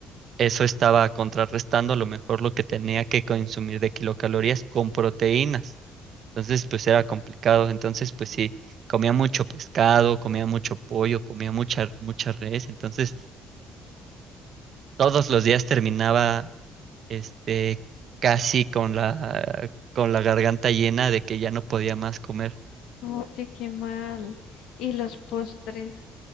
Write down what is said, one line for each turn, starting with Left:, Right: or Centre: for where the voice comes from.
Right: eso estaba contrarrestando a lo mejor lo que tenía que consumir de kilocalorías con proteínas. Entonces, pues era complicado. Entonces, pues sí, comía mucho pescado, comía mucho pollo, comía mucha, mucha res. Entonces, todos los días terminaba, este, casi con la, con la garganta llena de que ya no podía más comer.
Left: Oye, qué mal. ¿Y los postres